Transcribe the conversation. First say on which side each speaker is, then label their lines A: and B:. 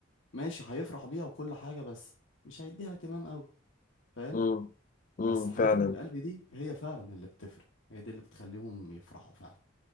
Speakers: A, on the left; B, on the left.
A: ماشي هيفرح بيها وكل حاجة بس مش هيديها اهتمام قوي فاهم
B: امم امم
A: بس الحاجات
B: فعلا
A: اللي من القلب دي هي فعلا اللي بتفرق هي دي اللي بتخليهم يفرحوا فعلا